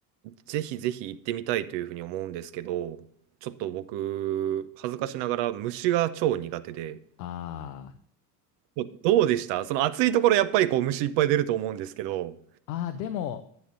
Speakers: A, on the right; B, on the left.
A: ぜひぜひ行ってみたいというふうに思うんですけど、ちょっと僕、恥ずかしながら虫が超苦手で、
B: あー
A: どどうでしたその暑いところやっぱりこう虫いっぱい出ると思うんですけど。
B: あー、でも、